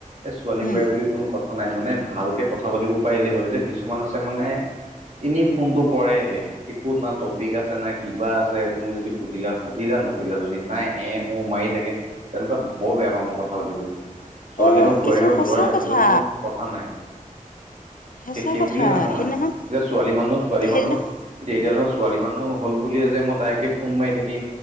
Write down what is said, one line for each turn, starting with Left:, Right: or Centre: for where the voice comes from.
Right: এই ছোৱালী
Left: উম
Right: বোৱাৰী বুলি কোনো কথা নাই মানে ভালকে কথা পাতিব পাৰিলে হ'ল এতিয়া কিছুমান আছে মানে এনেই ফোনটো কৰেহে একো না টপিক আছে নাই কিবা আছে তুমি যদি সুধিলা সুধিলা নুখুধিলা যদি নাই এ ও মাৰি চাগে তেনেকুৱা বৰ বেয়া পাওঁ মই কথা পাতিবলৈ ছোৱালী
Left: অ'
Right: হওক বোৱাৰী
Left: কিছুমান
Right: হওক
Left: সঁচা
Right: ল'ৰাই হওক
Left: কথা
Right: সেইটো কোনো কথা নাই
Left: সঁচা
Right: সেইবুলি
Left: কথা
Right: নহয়
Left: সেইদিনাখন
Right: যে ছোৱালী মানুহ ছোৱালী
Left: সেইদিনাখন
Right: মানুহ এতিয়া ধৰ ছোৱালী মানুহ হ'ল বুলিয়ে যে মই তাইকে ফোন মাৰি থাকিম